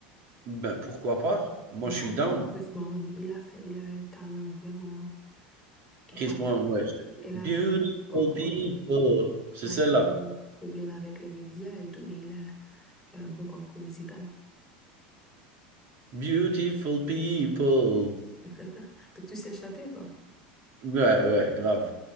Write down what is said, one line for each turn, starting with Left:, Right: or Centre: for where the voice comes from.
Right: ben pourquoi pas? Moi,
Centre: Mais
Right: je
Centre: j'adore
Right: suis down.
Centre: Chris Brown. Il a fait, il a un talent vraiment incroyable.
Right: Chris Brown, ouais. j'ai-
Centre: Et là,
Right: Beautiful
Centre: il a un bon parcours.
Right: people. C'est
Centre: malgré
Right: celle-là.
Centre: les problèmes avec les médias et tout, mais il a, il a un bon parcours musical.
Right: Beautiful people.
Centre: <laughs> Donc, tu sais chanter, toi?
Right: Ouais, ouais, grave.